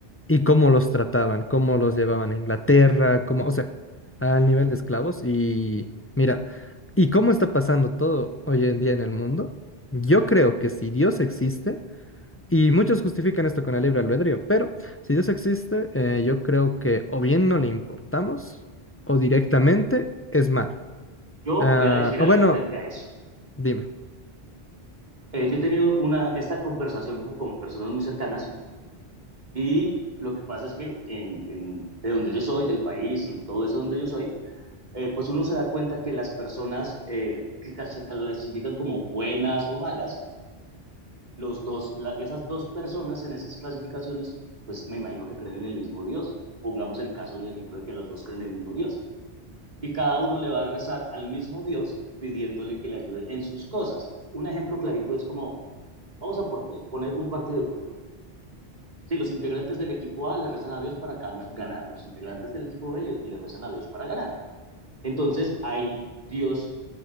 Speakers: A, on the left (about 15°); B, on the right (about 45°).
A: y cómo los trataban, cómo los llevaban a Inglaterra, cómo, o sea, al nivel de esclavos. Y mira, ¿y cómo está pasando todo hoy en día en el mundo? Yo creo que si Dios existe y muchos justifican esto con el libre albedrío, pero si Dios existe, eh, yo creo que o bien no le importamos o directamente es malo.
B: yo
A: Ah,
B: voy a decir
A: o
B: algo
A: bueno,
B: frente a eso.
A: dime.
B: Eh, yo he tenido una, esta conversación como con personas muy cercanas y lo que pasa es que en, en, de donde yo soy, del país y todo eso donde yo soy, eh, pues uno se da cuenta que las personas eh, que se clasifican como buenas o malas, los dos, la, esas dos personas en esas clasificaciones, pues me imagino que creen en el mismo Dios. Pongamos el caso del ejemplo de que las dos creen en el mismo Dios. y cada uno le va a rezar al mismo Dios pidiéndole que le ayude en sus cosas. Un ejemplo clarito es como, vamos a poner un partido de fútbol. Si los integrantes del equipo A le rezan a Dios para ganar, los integrantes del equipo B le, le rezan a Dios para ganar. Entonces, ahí Dios,